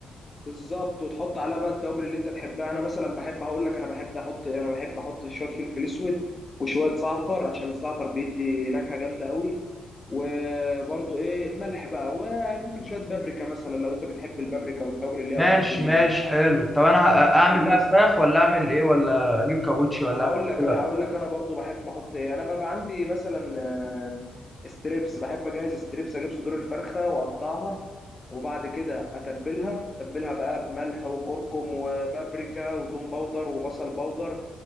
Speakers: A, on the left; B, in the centre.
A: بالظبط وتحط عليها بقى التوابل اللي انت تحبها انا مثلا بحب هقول لك انا بحب احط انا بحب احط شويه فلفل اسود وشويه زعتر عشان الزعتر بيدي نكهه جامده قوي وبرضو ايه الملح بقى وممكن شويه بابريكا مثلا لو انت بتحب البابريكا والتوابل اللي هي
B: ماشي
A: الغربيه
B: ماشي
A: دي
B: حلو طب انا ه- اعمل
A: خلصت
B: بقى فراخ ولا اعمل ايه ولا اجيب كابوتشي ولا
A: هقول
B: اعمل
A: لك
B: إيه؟
A: انا هقول لك انا برضو بحب احط ايه انا بقى عندي مثلا آه، ستريبس بحب اجهز ستريبس اجيب صدور الفرخه واقطعها وبعد كده اتبلها اتبلها بقى بملح وكركم وبابريكا وتوم باودر وبصل باودر